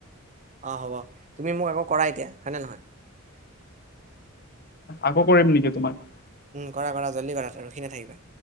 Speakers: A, on the right; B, on the left.
A: আহ হ'ব তুমি মোক আকৌ কৰা এতিয়া হয়নে নহয়
B: আকৌ কৰিম নেকি তোমাক?
A: উম কৰা কৰা জল্দি কৰা ৰখি নাথাকিবা।